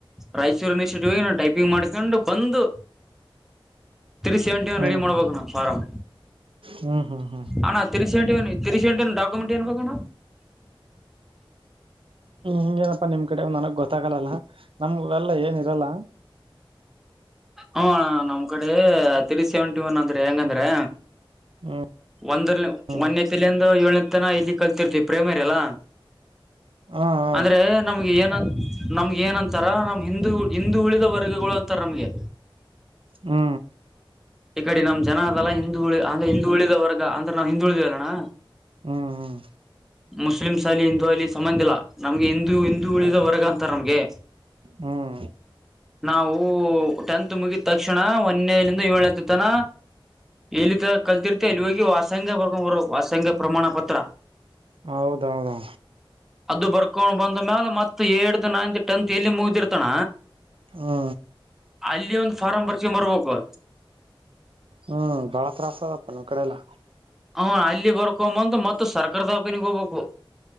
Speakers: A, in the centre; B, on the right.
A: ರಾಯಚೂರು <unintelligible> ನಾವು ಟೈಪಿಂಗ ಮಾಡ್ಕೊಂಡು ಬಂದು. ತ್ರೀ ಸೆವೆಂಟಿ ಒಂದು
B: ಹ್ಮ್
A: ರೆಡಿ ಮಾಡ್ಬೇಕು ನಾವು ಫಾರಾಮ.
B: ಹ್ಮ್ ಹ್ಮ್ ಹ್ಮ್
A: ಅಣ್ಣ three seventy one three seventeen document ಏನ್ಬೇಕಣ.
B: ಹಿಂಗ ನಪ್ಪಾ ನಿಮ್ ಕಡೆ ಒಂದ್ ನನಗ್ ಗೊತ್ತಾಗಲ್ಲ ನಮ್ಗೆಲ್ಲ ಏನ ಇರಲ್ಲ.
A: ಹೂ ನಮ್ ಕಡೆ ತ್ರೀ ಸೆವೆಂಟಿ ಒನ್ ಅಂದ್ರೆ ಹೆಂಗಂದ್ರೆ.
B: ಹ್ಮ್
A: ಒಂದರ್
B: ಹ್ಮ್
A: ಒಂದೇ ತಿಲಂದ ಏಳ್ನೇ ತನ ಇಲ್ಲಿ ಕಲ್ತಿರ್ತಿವಿ ಪ್ರೇಮರಿ ಎಲ್ಲ.
B: ಹ ಹ
A: ಅಂದ್ರೆ ನಮ್ಗೆ ಏನ ನಮ್ಗೆ ಏನ್ಂತಾರ ನಮ್ ಹಿಂದೂ ಹಿಂದು ಉಳಿದ ವರ್ಗಗಳು ಅಂತಾರ ನಮ್ಗೆ.
B: ಹೂ
A: ಈ ಕಡೆ ನಮ್ ಜನ ಅದಲ್ಲ ಹಿಂದುಳಿ ಅಂದ್ರೆ ಹಿಂದು ಉಳಿದ ವರ್ಗ ಅಂದ್ರೆ ನಾವು ಹಿಂದು ಉಳಿದ್ ಅಲ್ಲಣ್ಣ.
B: ಹ್ಮ್ ಹ್ಮ್
A: ಮುಸ್ಲಿಮ್ಸ್ ಅಲಿ ಹಿಂದೂ ಅಲಿ ಸಂಬಂಧ ಇಲ್ಲ ನಮ್ಗೆ ಹಿಂದೂ ಇಂದು ಉಳಿದ ವರ್ಗ ಅಂತಾರ ನಮ್ಗೆ.
B: ಹ್ಮ್
A: ನಾವು ಟೆಂತ್ ಮುಗಿದ ತಕ್ಷಣ ಒಂದೇಲಂದ ಏಳ್ನ ತನ ಎಲ್ಲಿ ತ ಕಲ್ತಿರ್ತಿ ಅಲ್ಲಿ ಹೋಗಿ ವಾಸಂಗ ಬರ್ ವಾಸಂಗ ಪ್ರಮಾಣ ಪತ್ರ.
B: ಹೌದ ಹೌದಾ
A: ಅದು ಬರ್ಕೊಂಡ್ ಬಂದ ಮ್ಯಾಲ ಮತ್ ಏತ್ ನೈನ್ತ್ ಟೆಂತ್ ಎಲ್ಲಿ ಮುಗ್ದಿರ್ತಣ.
B: ಹಾ
A: ಅಲ್ಲಿ ಒಂದ್ ಫಾರಂ ಬರ್ಸ್ಕೊಂಡ್ ಬರಬೇಕು.
B: ಹ್ಮ್ ಬಾಳ ತತ್ರ್ರಾಸ ಅಪ್ಪ ನಮ್ಮ್ ಕಡೆ ಎಲ್ಲ.
A: ಹ ಅಲ್ಲಿ ಬರ್ಕೊಂಬಂದು ಮತ್ತ ಸರ್ಕಾರ ದಾಕನಗ್ ಹೋಗ್ಬೇಕು.